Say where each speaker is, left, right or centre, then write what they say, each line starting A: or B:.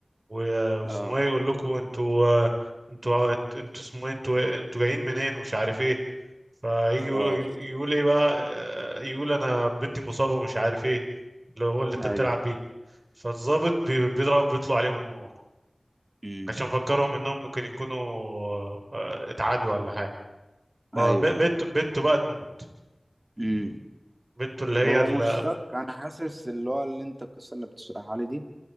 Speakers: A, on the right; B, on the right.
A: و- واسمه
B: اه
A: ايه يقول لكم انتوا آه، انتوا انتوا انتوا اسمه ايه انتوا انتوا جايين منين ومش عارف ايه فيجي
B: آه.
A: يقول يقول ايه بقى آه، يقول انا بنتي مصابة ومش عارف ايه اللي هو اللي انت
B: ايوه
A: بتلعب بيه فالظابط بي- بيضرب بيطلع عليهم النار
B: م-
A: عشان فكرهم انهم ممكن يكونوا آه، اتعادوا ولا حاجة فبنته
B: ايوه ايوه
A: بنته بقى تموت
B: امم
A: بنته اللي هي
B: هو
A: ال-
B: مشتق انا حاسس اللي هو اللي انت القصه اللي بتشرحها لي دي